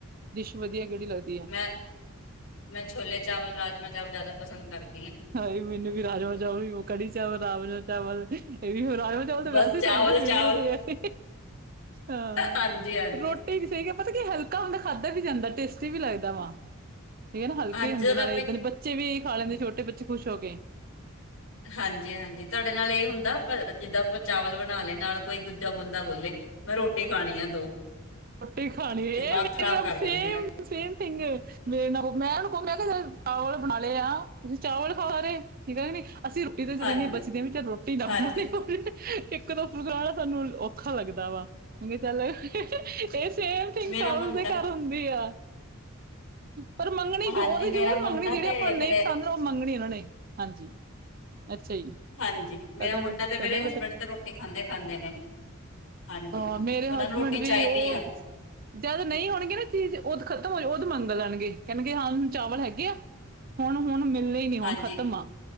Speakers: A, on the right; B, on the left.
A: ਡਿਸ਼ ਵਧੀਆ ਕਿਹੜੀ ਲੱਗਦੀ ਹੈ।
B: ਮੈਂ ਮੈਂ ਛੋਲੇ ਚਾਵਲ, ਰਾਜਮਾਂਹ ਚਾਵਲ ਜ਼ਿਆਦਾ ਪਸੰਦ ਕਰਦੀ ਹਾਂ।
A: ਹਾਏ ਇਹ ਮੈਨੂੰ ਵੀ ਰਾਜਮਾਂਹ ਚਾਵਲ, ਕੜੀ ਚਾਵਲ। ਰਾਜਮਾਂਹ ਚਾਵਲ ਇਹ ਵੀ ਰਾਜਮਾਂਹ ਚਾਵਲ ਤਾਂ
B: ਬਸ
A: ਵੈਸੇ।
B: ਚਾਵਲ
A: ਸਭ ਦੇ ਫੇਵਟਰੇਟ
B: ਚਾਵਲ
A: ਇਹ ਆ,
B: ਹਾਂਜੀ ਹਾਂਜੀ
A: ਰੋਟੀ ਵੀ ਸਹੀ ਹੈ ਪਤਾ ਕੀ ਹੈ। ਪੱਕਾ ਹੁੰਦਾ ਖਾਧਾ ਵੀ ਜਾਂਦਾ ਟੇਸਟੀ ਵੀ ਲੱਗਦਾ ਵਾ ਇਹ ਤਾਂ ਹਲਕੇ
B: ਹਾਂਜੀ
A: ਹੁੰਦੇ
B: ਜਦੋਂ
A: ਨਾਲੇ।
B: ਆਪੇ
A: ਬੱਚੇ ਵੀ ਖਾ ਲੈਂਦੇ ਛੋਟੇ ਬੱਚੇ ਖੁਸ਼ ਹੋ ਕੇ।
B: ਹਾਂਜੀ ਹਾਂਜੀ ਤੁਹਾਡੇ ਨਾਲ ਇਹ ਹੁੰਦਾ ਜਿੱਦਾਂ ਆਪਾਂ ਚਾਵਲ ਬਣਾ ਲਏ ਨਾਲ ਕੋਈ ਦੂਜਾ ਬੰਦਾ ਬੋਲੇ। ਮੈਂ ਰੋਟੀ ਖਾਣੀ ਆ ਦੋ।
A: ਰੋਟੀ ਖਾਣੀ ਇਹ
B: ਦਿਮਾਗ
A: ਮੇਰੇ
B: ਖ਼ਰਾਬ
A: ਵਾਲਾ
B: ਕਰ ਦਿੰਦੇ
A: Same
B: ਆ।
A: same thing. ਮੇਰੇ ਨਾਲ ਮੈਂ ਇਹਨੂੰ ਕਹੂੰ ਮੈਂ ਕਿਹਾ ਚਾਵਲ ਬਣਾ ਲਏ ਆ ਤੁਸੀਂ ਚਾਵਲ ਖਾ ਰਹੇ ਠੀਕ ਹੈ ਕੇ ਨੀ। ਅਸੀਂ ਰੋਟੀ ਤੇ
B: ਹਾਂਜੀ,
A: ਜ਼ਨਾਨੀਆਂ ਬੱਚਦੀਆਂ ਵਿ ਕਿ ਰੋਟੀ ਨਾ
B: ਹਾਂਜੀ
A: ਬਣਾਉਣੀ ਪਵੇ ਇੱਕ ਦੋ ਪਕਾ ਲਾ ਸਾਨੂੰ। ਔਖਾ ਲੱਗਦਾ ਵਾ ਕਿਉਂਕਿ ਚੱਲ ਇਹ ਸੇਮ ਥਿੰਗ
B: ਮੇਰਾ
A: ਸਭ
B: ਮੁੰਡਾ
A: ਦੇ ਘਰ। ਹੁੰਦੀ ਆ। ਪਰ ਮੰਗਣੀ
B: ਹਾਂਜੀ
A: ਉਹਦੀ
B: ਮੇਰਾ
A: ਜ਼ਰੂਰ
B: ਮੁੰਡਾ
A: ਮੰਗਣੀ ਜਿਹੜੀ
B: ਤੇ
A: ਆਪਾਂ ਨੂੰ ਨਹੀਂ
B: ਮੇਰੇ
A: ਪਸੰਦ ਉਹ ਮੰਗਣੀ ਉਹਨਾਂ ਨੇ ਹਾਂਜੀ। ਅੱਛਾ ਜੀ।
B: ਹਾਂਜੀ ਮੇਰਾ
A: ਤੁਹਾਡਾ
B: ਮੁੰਡਾ
A: ਬੇ ਤੁਹਾਡਾ
B: ਤੇ ਮੇਰੇ ਹਸਬੈਂਡ ਤਾਂ ਰੋਟੀ ਖਾਂਦੇ ਖਾਂਦੇ ਨੇ। ਹਾਂਜੀ।
A: ਹਾਂ, ਮੇਰੇ ਹਸਬੈਂਡ
B: ਉਹਨਾਂ ਨੂੰ ਰੋਟੀ
A: ਵੀ
B: ਚਾਹੀਦੀ
A: ਉਹ
B: ਆ
A: ਜਦ ਨਹੀਂ ਹੋਣਗੇ ਨਾ ਚੀਜ਼, ਉਦ ਖ਼ਤਮ ਹੋ ਜੂ, ਉਦਔ ਮੰਗ ਲੈਣਗੇ, ਕਹਣਗੇ ਹਾਂ, ਹੁਣ ਚਾਵਲ ਹੈਗੇ ਆ? ਹੁਣ ਹੁਣ, ਮਿਲਨੇ ਨੀ ਹੁਣ
B: ਹਾਂਜੀ
A: ਖ਼ਤਮ ਆ।